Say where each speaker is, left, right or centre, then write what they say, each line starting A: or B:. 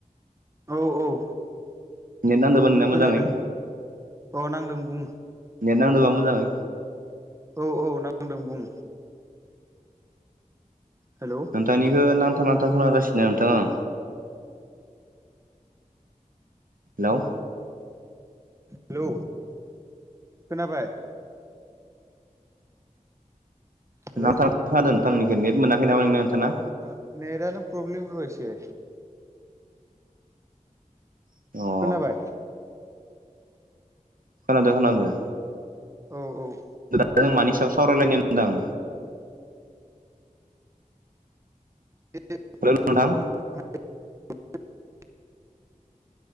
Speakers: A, on the right (about 20°); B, on the right (about 85°).
A: औ औ
B: नेट नांदोंबा नोंनिया मोजांङै
A: खोनादों औ नांदों बुं
B: नेट नांदोबा मोजांङै?
A: औ औ नांदों बुं हेलौ
B: नोंथांनिखो नांथा नांथा खोनागासिनो नोंथां आं हेलौ
A: हेलौ खोनाबाय हेलौ
B: नांथा नांथा खोनादों नोंथांनिखौ नेट मोनाखै नामा नों नोंथांना
A: ओ नेटदानो प्रब्लेम र' एसे
B: अ
A: खोनाबाय
B: खोनादों खोनादों
A: औ औ
B: <unintelligible> मानि सायाव सावरायलायनाय होनदों
A: बे <unintelligible>
B: हेलौ नोंथां
A: <unintelligible>